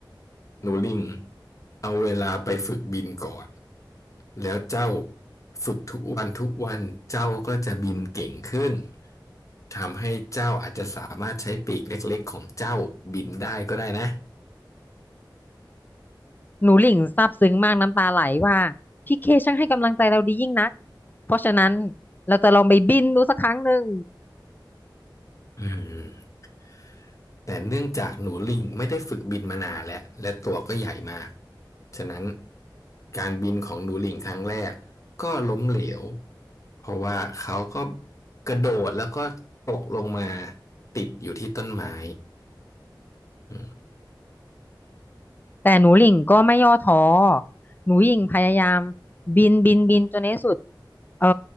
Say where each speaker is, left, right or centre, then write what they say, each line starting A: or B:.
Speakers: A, on the left (about 40°); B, on the left (about 25°).
A: นูริ่งเอาเวลาไปฝึกบินก่อน แล้วเจ้าฝึกทุกวันทุกวัน เจ้าก็จะบินเก่งขึ้น ทำให้เจ้าอาจจะสามารถใช้ปีกเล็กๆของเจ้าบินได้ก็ได้นะ
B: หนูหลิ่งซาบซึ้งมากน้ำตาไหลว่าพี่เคช่างให้กำลังใจเราดียิ่งนักเพราะฉะนั้นเราจะลองไปบินดูสักครั้งหนึ่ง
A: อืมแต่เนื่องจากหนูลิงไม่ได้ฝึกบินมานานแล้วและตัวก็ใหญ่มาก ฉะนั้นการบินของหนูลิงครั้งแรกก็ล้มเหลว เพราะว่าเขาก็กระโดดแล้วก็ตกลงมาติดอยู่ที่ต้นไม้อืม
B: แต่หนูหลิ่งก็ไม่ย่อท้อหนูหลิ่งพยายามบินบินบินจนในที่สุดเอ่อ